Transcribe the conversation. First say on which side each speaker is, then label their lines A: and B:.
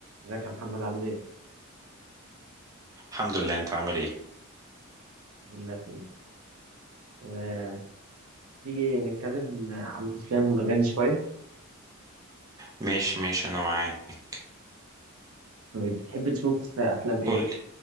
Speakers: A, on the right; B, on the right.
A: ازيك يا محمد عامل ايه؟
B: الحمد لله انت عامل ايه
A: الحمد لله تمام آه، تيجي نتكلم عن الأفلام والأغاني شوية
B: ماشي ماشي انا معاك
A: طيب بتحب تشوف أفلام ايه؟
B: قول لي